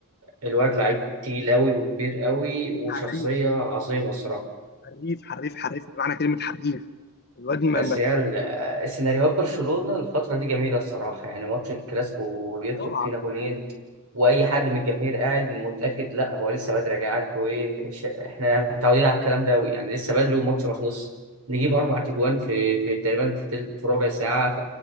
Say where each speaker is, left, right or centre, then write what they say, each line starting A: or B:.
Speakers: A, on the right; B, on the left.
A: الواد لعيب تقيل أوي وكبير أوي وشخصية
B: حريف
A: عظيمة الصراحة
B: حريف حريف حريف بمعنى كلمة حريف الواد ما
A: بس
B: ما-
A: هي ال- السيناريوهات برشلونة الفترة دي جميلة الصراحة يعني ماتش الكلاسيكو يدخل
B: طبعا
A: فينا جونين وأي حد من الجماهير قاعد متأكد لا هو لسه بدري يا جدعان انتوا إيه ش- إحنا متعودين على الكلام ده أوي يعني لسه بدري والماتش ما خلصش نجيب أربع أجوان في في تقريبا في تل- في ربع ساعة